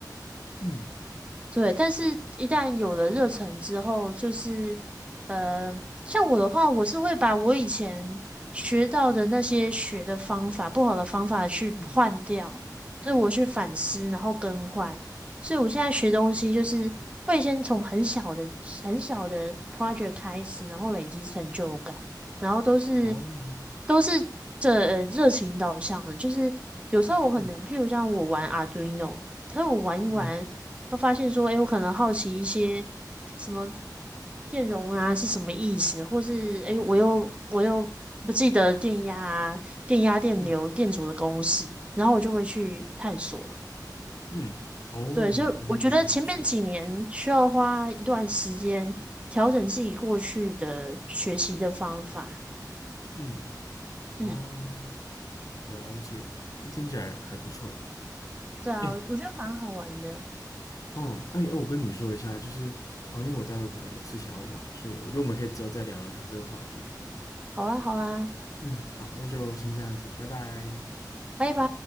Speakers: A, on the left; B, on the right.
A: 嗯
B: 对，但是一旦有了热忱之后，就是呃，像我的话，我是会把我以前学到的那些学的方法、不好的方法去换掉，
A: 嗯
B: 就是我去反思，然后更换。所以我现在学东西，就是会先从很小的、很小的 project 开始，然后累积成就感，然后都是
A: 哦
B: 都是这呃热情导向的，就是有时候我可能，
A: 嗯
B: 譬如像我玩 Arduino。但我玩一玩，
A: 嗯
B: 会发现说，哎，我可能好奇一些什么电容啊是什么意思，或是哎，诶我又我又不记得电压啊、电压、电流、
A: 嗯
B: 电阻的公式，然后我就会去探索。
A: 嗯哦，
B: 对，所以我觉得前面几年需要花一段时间调整自己过去的学习的方法。
A: 听起来很不错。嗯，哦，
B: 嗯，
A: 了解，听起来还不错。
B: 对啊，
A: 哎，
B: 我觉得蛮好玩的。
A: 嗯，哎，哎我跟你说一下，就是哦，因为我待会可能有事情要忙，所以我觉得我们可以之后再聊聊看这个话题。
B: 好啊，好啊，
A: 嗯，好，那就先这样子，拜拜。
B: 拜拜。